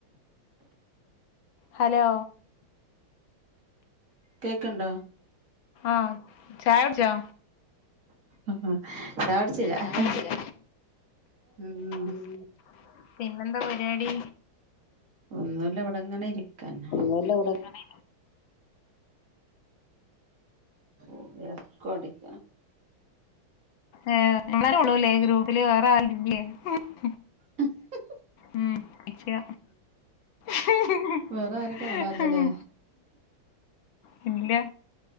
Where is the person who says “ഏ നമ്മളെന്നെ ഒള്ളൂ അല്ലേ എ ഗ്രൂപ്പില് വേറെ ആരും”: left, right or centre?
Left